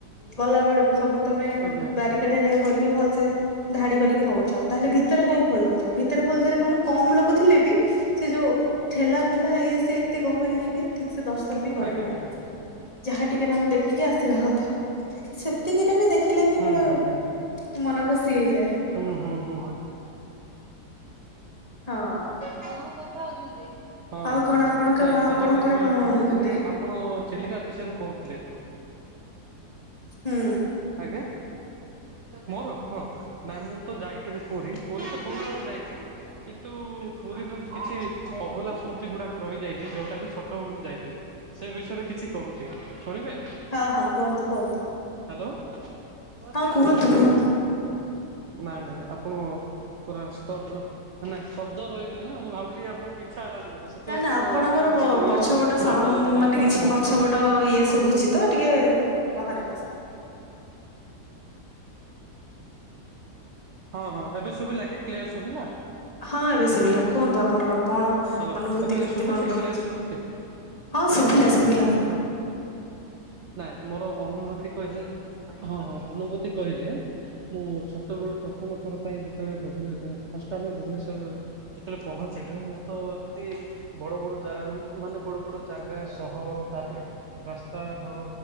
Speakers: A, on the left; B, on the right.
A: ଗଲାବେଲକୁ ସବୁ ତମେ
B: ଆଜ୍ଞା ଆଜ୍ଞା।
A: ବାରିକା ଢେରିଆ କରିକି ଭଲସେ ଧାଡି କରିକି ନଉଛ, ତାହେଲେ ଭିତରେ କାହିଁ ଖୋଲିଦଉଛ, ଭିତରେ ଖୋଲିଦେଲେ କଣ କମ୍ ଲୋକ ଥିଲେ ବି ସେ ଯୋଉ ଠେଲା ଫେଲା ଇଏ ସେ ଏତେ ଗହଳି ହେଇକି ଠିକ ସେ ଦଶ ବି କରି
B: ଆଜ୍ଞା
A: ହଉନି
B: ଆଜ୍ଞା
A: ଯାହା ଟିକେ ନାକୁ ଦେଖିକି ଆସିବା କଥା। ସେତିକିରେ ବି ଦେଖିଲେ ବି
B: ହୁଁ
A: ପୁରା
B: ହୁଁ ହୁଁ।
A: ମନ ଖୁସି ହେଇଯାଏ।
B: ହୁଁ ହୁଁ ହୁଁ
A: ହଁ
B: କଣ ହଁ
A: ଆଉ
B: ହଁ
A: କଣ ଆପଣଙ୍କ
B: ନାଇଁ
A: ଆପଣଙ୍କର
B: ଯାହାଲେ ଭଲ
A: କଣ
B: ହଉଛନ୍ତି
A: ଅନୁଭୂତି
B: ଏ ଆପଣ ଚିଲିକା ବିଷୟରେ କହୁଥିଲେ।
A: ହୁଁ
B: ଆଜ୍ଞା ମୋର ହଁ ନାଇଁ ମୁଁ ତ ଯାଇଥିଲି ପୁରୀ, ପୁରୀ ତ ବହୁତ ଥର ଯାଇଛି। କିନ୍ତୁ, ପୁରୀ ର ବି କିଛି ଅଭୋଲା ସ୍ମୃତି ଗୁଡାକ ରହିଯାଇଛି ଯୋଉଟା କି ଛୋଟ ବଳକୁ ଯାଇଥିଲି। ସେ ବିଷୟରେ କିଛି କହୁଛି, ଶୁଣିବେ?
A: ହଁ ହଁ, କୁହନ୍ତୁ କୁହନ୍ତୁ।
B: ହ୍ୟାଲୋ ନାଇଁ
A: ହଁ କୁହନ୍ତୁ କୁହନ୍ତୁ।
B: ନାଇଁ ଆପଣ ପୁରା ସ୍ତବ୍ଦ ନାଁ ଶବ୍ଦ ରହିଗଲି ନା, ମୁଁ ଭାବିଲି ଆପଣଙ୍କୁ ଇଚ୍ଛା ହେଲାନି ବୋଧେ ସେଥିପାଇଁ
A: ନା ନା
B: ଆପଣ
A: ଆପଣଙ୍କର
B: କିଛି କହିଲେନି
A: ପଛପଟ ସାଣ୍ଡ
B: ଉତ୍ତର ଦେଲେନି
A: ମାନେ
B: ନା
A: କିଛି
B: ହଉ
A: ପଛପଟ ଇଏ
B: ହଁ।
A: ଶୁଭୁଛି ତ ଟିକେ
B: ହଉ
A: ବାହାର
B: ବାବା
A: କସିବା
B: ରୁହ ହଁ ହଁ ଏବେ ଶୁଭିଲା କି? କ୍ଲିୟର ଶୁଭିଲା
A: ହଁ ଏବେ ଶୁଭିଲା। କୁହନ୍ତୁ ଆପଣଙ୍କର କଣ
B: ହ୍ୟାଲୋ
A: ଅନୁଭୂତି
B: ଏବେ
A: କେମିତି
B: ଶୁଭୁଛି
A: କଣ
B: କ୍ଲିୟର
A: ରହିଛି।
B: ଶୁଭୁଛି
A: ହଁ ଶୁଭିଲା ଶୁଭିଲା
B: ହଁ ନାଇଁ ମୋର ଅନୁଭୂତି କହିଲେ, ହଁ ହଁ ଅନୁଭୂତି କହିଲେ ମୁଁ ଛୋଟ ବେଳୁ ପ୍ରଥମ ଥର ପାଇଁ ଯେତେବେଳେ ଭୁବନେଶ ଫାଷ୍ଟ ଆମେ ଭୁବନେଶ୍ଵର ଯେତେବେଳେ ପହଞ୍ଚିଲୁ, ମୁଁ ତ ଏମତି ବଡ, ବଡ ଯ ମାନେ ବଡ, ବଡ ଜାଗା ସହର ତାପରେ ରାସ୍ତା ଘର